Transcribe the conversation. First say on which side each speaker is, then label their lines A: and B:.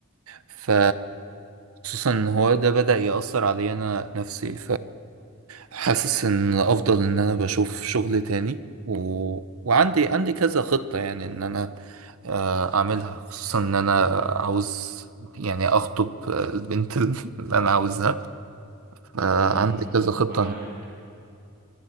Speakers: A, on the right; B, on the right.
A: ف خصوصا ان هو ده بدأ يأثر عليا انا نفسي فحاسس ان افضل ان انا بشوف شغل تاني و... وعندي عندي كذا خطة يعني ان انا آه، اعملها خصوصا ان انا عاوز يعني اخطب البنت <laughs> اللي انا عاوزها فعندي
B: أمم.
A: كذا خطة
B: <laughs> معاك